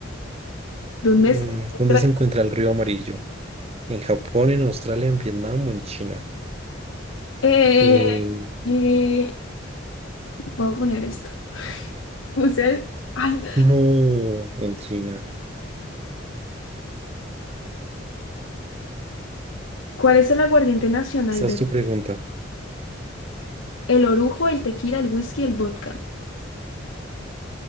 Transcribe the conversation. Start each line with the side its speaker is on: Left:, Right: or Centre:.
Left: ¿dónde
Right: Mm,
Left: se encuentra?
Right: ¿Dónde se encuentra el río Amarillo? ¿En Japón, en Australia, en Vietnam o en China?
Left: Eh,
Right: En-
Left: eh, Voy a poner esto. <laughs> Usted, ay,
Right: No, en China.
Left: ¿cuál es el aguardiente nacional
Right: Esa
Left: de...
Right: es tu pregunta.
Left: El orujo, el tequila, el whisky, el vodka.